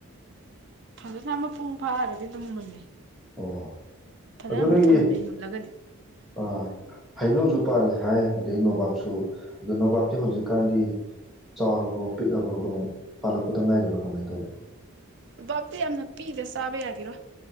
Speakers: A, on the right; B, in the centre.
A: ꯐꯖꯅ ꯃꯄꯨꯡ ꯐꯥꯔꯒꯗꯤ ꯑꯗꯨꯝ ꯃꯨꯜꯂꯤ
B: ꯑꯣ
A: ꯐꯖꯅ
B: ꯑꯗꯨ
A: ꯑꯗꯨꯝ
B: ꯅꯒꯤ
A: ꯊꯨꯝꯃꯦ ꯃꯨꯜꯂꯒꯗꯤ
B: ꯑ ꯍꯩꯅꯧꯖ ꯄꯥꯜꯂꯦ ꯍꯥꯏ ꯑꯗꯩ ꯅꯣꯕꯥꯞꯁꯨ ꯑꯗꯨꯣ ꯅꯣꯕꯥꯞꯇꯤ ꯍꯧꯖꯤꯛꯀꯥꯟꯗꯤ ꯆꯥꯎꯔꯕ꯭ꯔꯣ ꯄꯤꯛꯑꯕ꯭ꯔꯣ ꯀꯃꯥꯏ ꯄꯥꯜꯂꯛꯄꯗ ꯉꯥꯏꯔꯤꯕ꯭ꯔꯥ ꯀꯃꯥꯏꯅ ꯇꯧꯕꯔꯤ
A: ꯕꯥꯞꯗꯤ ꯌꯥꯝꯅ ꯄꯤꯗꯦ ꯆꯥꯕ ꯌꯥꯒꯤꯦꯔꯣ